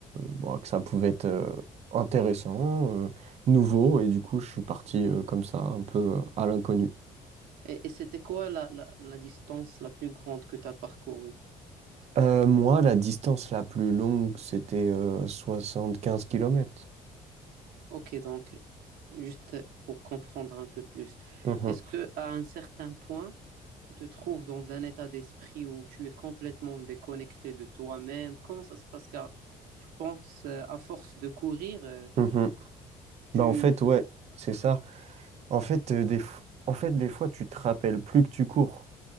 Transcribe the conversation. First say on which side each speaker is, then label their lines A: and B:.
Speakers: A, on the right; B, on the right.
A: bon, que ça pouvait être euh, intéressant, euh, nouveau, et du coup, je suis parti euh, comme ça, un peu euh, à l'inconnu.
B: Et, et c'était quoi la, la, la distance la plus grande que tu as parcourue?
A: Euh, moi, la distance la plus longue, c'était euh, quinze kilomètres
B: Ok, donc juste pour comprendre un peu plus,
A: Mhm,
B: est-ce que à un certain point, tu te trouves dans un état d'esprit où tu es complètement déconnecté de toi-même? Comment ça se passe? Car je pense, euh, à force de courir, euh,
A: mhm.
B: tu...
A: Bah, en fait, ouais, c'est ça. En fait, euh, des f- en fait, des fois, tu te rappelles plus que tu cours.